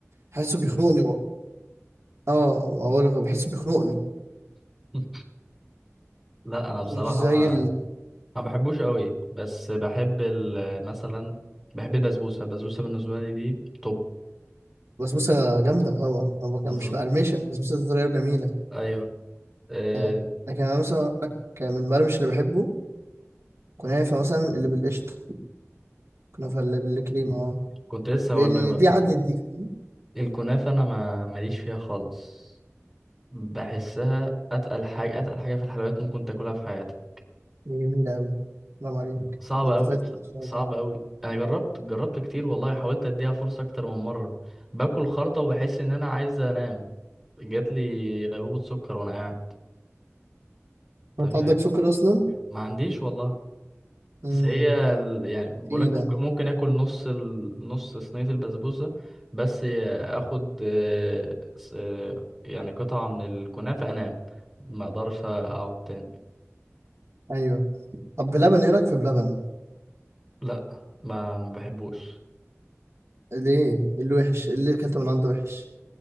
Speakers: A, on the right; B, in the centre.
A: بحسه بيخنقني اه بقول لك أنا بحسه بيخنقني
B: <laughs> لا انا بصراحة
A: مش زي
B: ما ما بحبوش قوي بس بحب ال- مثلا بحب البسبوسة البسبوسة بالنسبة لي دي توب
A: البسبوسه جامده طبعا انا بك-
B: بالظبط
A: مش مقرمشه البسبوسه دي طريه وجميله
B: ايوه أه
A: آه، لكن انا مثلا أقول لك من المقرمش اللي بحبه كنافه مثلا اللي بالقشطه كنافه اللي بالكريمه اه
B: كنت لسه هقول
A: ليه؟ لان
B: لك بقى
A: دي عدلت دي فاهم؟
B: الكنافة انا ما ماليش فيها خالص بحسها اتقل حاجة اتقل حاجة في الحلويات ممكن تاكلها في حياتك
A: دي جميله قوي برافو عليك
B: صعبة
A: ده انت
B: قوي
A: فاتك ان شاء
B: صعبة
A: الله
B: قوي انا جربت جربت كتير والله حاولت اديها فرصة اكتر من مرة باكل خرطة وبحس ان انا عايز انام جات لي غيبوبة سكر وانا قاعد
A: انت
B: انت
A: عندك
B: فاهم
A: سكر اصلا
B: ما عنديش والله
A: امم
B: بس هي ال... يعني بقولك
A: تقيله
B: ممكن ممكن اكل نص ال... نص صينية البسبوسة بس اخد آه، س- آه، يعني قطعة من الكنافة انام ما اقدرش اقعد تاني
A: ايوه طب بلبن ايه رايك في بلبن
B: لا ما ما بحبوش
A: ليه إيه اللي وحش إيه اللي اكلته من عنده وحش